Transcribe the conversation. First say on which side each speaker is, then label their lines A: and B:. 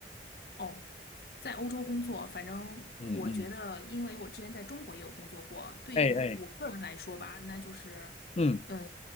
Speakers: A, on the left (about 60°); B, on the left (about 35°).
A: 哦，在欧洲工作，反正我觉得，
B: 嗯嗯，
A: 因为我之前在中国也有工作过，对于我我个人来说吧，
B: 哎哎，
A: 那就是，
B: 嗯，
A: 呃，